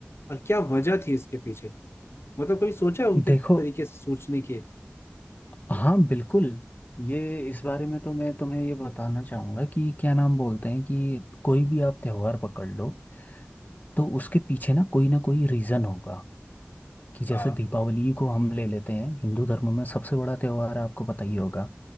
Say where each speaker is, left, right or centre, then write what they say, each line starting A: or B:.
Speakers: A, on the left; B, on the left.
A: और क्या वजह थी इसके पीछे मतलब कभी सोचा है उनके
B: देखो
A: तरीके से सोचने के
B: हाँ बिल्कुल ये इस बारे में तो मैं तुम्हें ये बताना चाहूँगा कि क्या नाम बोलते हैं कि कोई भी आप त्योहार पकड़ लो तो उसके पीछे ना कोई ना कोई रीज़न होगा कि जैसे
A: हाँ
B: दीपावली को हम ले लेते हैं हिंदू धर्म में सबसे बड़ा त्योहार है आपको पता ही होगा